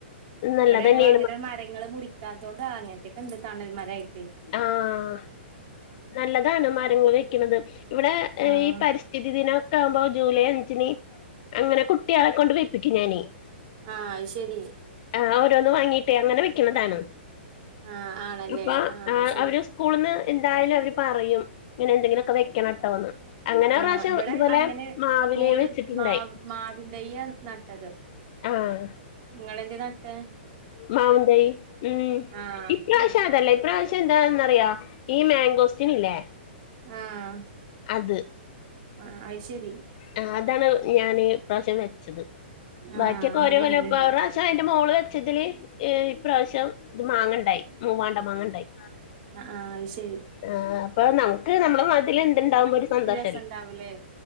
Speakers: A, on the left (about 40°); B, on the right (about 40°).
A: നല്ലതന്നെയാണ്
B: വിടെ ഞങ്ങൾ അങ്ങനെ മരങ്ങൾ മുറിക്കാത്തതോണ്ട് അങ്ങനത്തെക്കണ്ട് തണൽ മരായി
A: ആഹ് നല്ലതാണ് മരങ്ങൾ വെക്ക്ണത്. ഇവിടെ
B: ആഹ്
A: ഈ പരിസ്. സ്ഥിതിദിനം ഒക്കെ ആകുമ്പോ ജൂലൈ അഞ്ചിന് അങ്ങനെ കുട്ട്യാളെ കൊണ്ട് വെപ്പിക്കും ഞാന്.
B: ആഹ് അഅ്ശരി.
A: ആഹ് ഓരോന്ന് വാങ്ങീട്ടേ അങ്ങനെ വെക്കണതാണ്.
B: ആഹ് ആണല്ലേ
A: അപ്പൊ
B: ആഹ്അയ്ശരി.
A: ആ അവര് സ്കൂളിന്ന് എന്തായാലും അവര് പറയും. ഇങ്ങനെ എന്തെങ്കിലുക്കെ വെക്കണട്ടോന്ന്. അങ്ങനെ
B: ആഹ്
A: ഒര് റാശ്യം
B: ഇവിടെ
A: ഇതുപോലെ
B: അങ്ങനെ
A: മാവിലെ
B: മോള്
A: വെച്ചിട്ടുണ്ടായി.
B: മാവ് മാവിൻ തെയ്യാ നട്ടത്.
A: ആഹ്.
B: നിങ്ങളെന്തേ നട്ടെ
A: മാവ്ന്തയ് ഉം
B: ആഹ്
A: ഇപ്രാവശ്യം
B: ഉം ഉം
A: അതല്ല ഇപ്രാവശ്യം എന്താന്നറിയോ. ഈ മാങ്കോസ്റ്റിന് ഇല്ലേ
B: ആഹ്.
A: അത്.
B: ആ ആഅയ്ശെരി
A: അ അതാണ് ഞാൻ ഇപ്രാവശ്യം വെച്ചത്
B: ആഹ്
A: ബാക്കിയൊക്കെ
B: അങ്ങനെയാണല്ലേ
A: ഓരേ കൊല്ലം വെറെ ക്ഷ ന്റെ മോള് വെച്ചതിൽ ഇപ്രാവശ്യം ഇത് മാങ്ങണ്ടായി. മൂവാണ്ട മാങ്ങണ്ടായി.
B: ആ ആഹ് അഅ്ശരി.
A: ആഹ് അപ്പൊ നമുക്ക് നമ്മുടെ നാട്ടിൽ ന്ത്ന്തുണ്ടാവുമ്പോ ഒരു സന്തോഷ
B: രസണ്ടാവൂലേ,